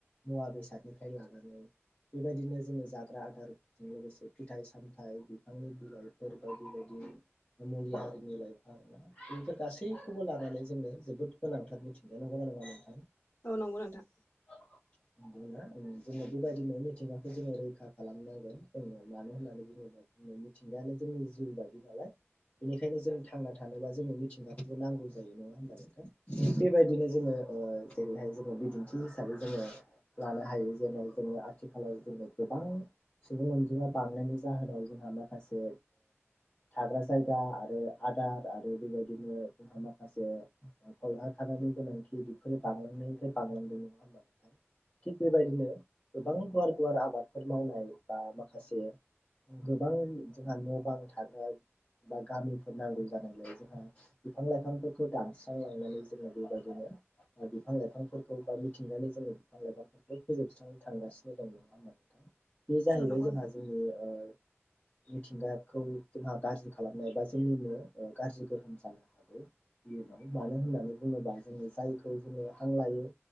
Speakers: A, on the left (about 35°); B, on the left (about 70°).
A: मुवा बेसादनिफ्राय लानानै बेबायदिनो जोङो जाग्रा आदारजों लोगोसे फिथाइ सामथाइ बिफांनि बिलाइफोर बायदि बायदि मुलि हारिनि लाइफाा बेफोर गासैखौबो लानानै जोंनो जोबोद गोनांथार मिथिंगा नंगौ आरो खौनादों नोंथां
B: औ नंगौ नोंथां
A: नंगौना ओं जोङो बेबायदिनो मिथिंगाखौ जोङो रैखा खालामनांगोन जोङो मानो होननानै बुङोबा जोंनि मिथिंगायानो जों जोंनि जिउ बायदि नालाय बेनिखायनो जों थांना थानोबा जोंनो मिथिंगाखौबो नांगौ जायो नङा होनोमबा नोंथां थिग बेबायदिनो जोङो ओ जेरैहाय बिदिन्थि हिसाबै जोङो लानो हायो जेनब जोङो आथिखालाव जोङो गोबां सुबुं अनजिमा बांनायनि जाहोनाव जोंहा माखासे थाग्रा जायगा आरो आदार आरो बेबायदिनो जोंहा माखासे ख था ग्रानि गोनांथि बेफोरो बांलांनायनिफ्राय बांलांदों नङा होमबा नोंथां थिग बेबायदिनो गोबां गुवार गुवार आबादफोर मावनाय बा माखासे गोबां जोंहा न' बां थाग्रा बा गामिफोर नांगौ जानायलाय जोंहा बिफां लाइफांफोरखौ दानस्रांलांनानै जोङो बेबायदिनो बिफां लाइफां फोरफोरखौ बा मिथिंगाय जोंनि बिफां लाइफांफोरखौ फोजोबस्रांनो थांगासिनो दं नङा होमा नोंथां बे जाहैबाय
B: औ नंगौ
A: जोंहा
B: नोंथां
A: जोंनि मिथिंगाखौ जोंहा गाज्रि खालामनाय एबा जोंनिनो गाज्रि गोहोम जानो हागौ इयुनाव मानो होननानै बुङोबा जोङो जायखौ जोङो हांलायो